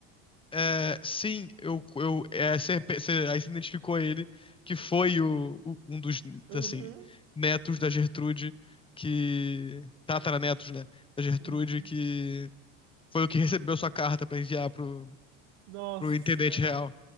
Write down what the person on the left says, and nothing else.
É, sim, eu, eu, é, você, você- aí você identificou ele, que foi o, o- um dos,
assim, netos da Gertrude, que, tataranetos, né, da Gertrude,
que foi o que recebeu sua carta pra enviar pro,
pro intendente real.